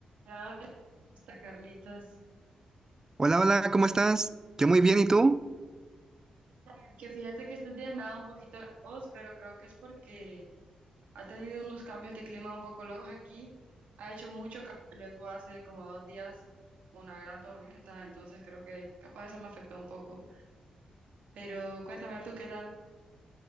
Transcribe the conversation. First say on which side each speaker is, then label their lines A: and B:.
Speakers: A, on the right (about 80°); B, on the right (about 25°).
A: Hola, hola, está Carlitos.
B: Hola, hola, ¿cómo estás? Yo muy bien, ¿y tú?
A: Oiga, Que fíjate que estos días me ha dado un poquito de tos, pero creo que es porque ha tenido unos cambios de clima un poco locos aquí. Ha hecho mucho calor y luego hace como dos días una gran tormenta, entonces creo que capaz eso me afectó un poco. Pero cuéntame tú qué tal.